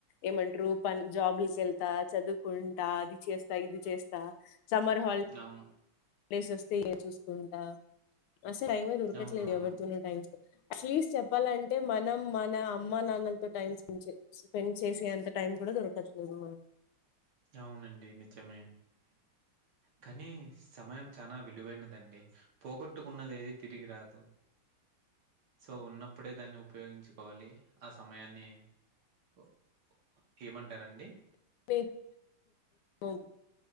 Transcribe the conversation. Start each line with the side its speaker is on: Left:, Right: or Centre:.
Left: ఏమ అంట్రు పన్ జాబూల్ కేల్ ళ్తా చదుకుంటా అద్ చేస్తా ఇది చేస్తా సమ్మర్ హాల్
Right: అవును
Left: డేసోస్తే ఏ చూసుకుంటా అస్సే టైమే దొరకట్లేదు
Right: అవునవును
Left: ఎవర్ తోనీ టైమ్ అట్లీస్ట్ చెప్పాలంటే మనం మన అమ్మా నానల్ తో టైమ్ స్పెండ్ చే స్ స్పెండ్ చేసే అంత టైమ్ గూడా దొరకట్లేదు మ
Right: ఔనండి నిజమే కనీ సమయం చానా విలువైనదండి పోగొట్టుకున్నది ఏది తిరిగి రాదు సో ఉన్నప్పుడే దాన్ని ఉప్ పోయెంచుకోవాలి ఆ సమయాన్ని ఓ ఏమంటారండి.
Left: పెవ్ పోవ్